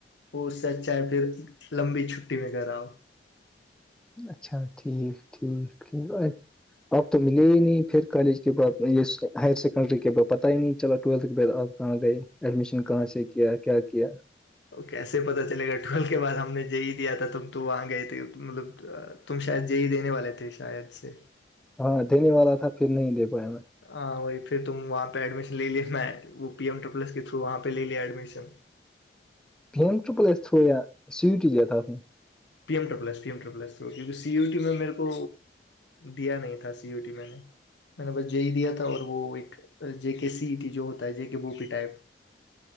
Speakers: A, on the left; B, in the centre.
A: وہ اس سے اچ چاہے پھر لمبی چھٹی میں گ آؤ
B: اچھا ٹھیک ٹھیک ٹھیک اپ تو ملے ہی نہیں پھر کالج کے بع یہ ہائر سیکنڈری کے بع پتا ہی نہیں چلا ٹویلتھ کے بعد آپ کہاں گئی ایڈمیشن کہاں سے کیا کیا کیا
A: کیسے پتاہ چلے گا ٹھول کے بعد ہم نے جے ہی دیا تھا ت ہم تو وہاں گئے تھے مطلب تم شاید یہیی دینے والے تھے شاید سے
B: ہاں دینے والا تھا پھر نہیں دے پایا میں
A: ہاں وہی پھر تم وہاں پہ ایڈمیشن لے لے میں پیم ڈ کے تھرو وہاں پہ لے لیا ایڈمیشن
B: پم و پلس تھوڑا سیٹیا تھا اپ میں
A: پی ایم ڈرلس پی ایملسکہ سی و ٹی میں مے کو دیا نہیں تھا سی و ٹی میں نے میں نے بس جے ہی دیا تھا اور وہ ایک جے کے سی تھی جو ہوتا ہے جے کے بو پی ٹائپ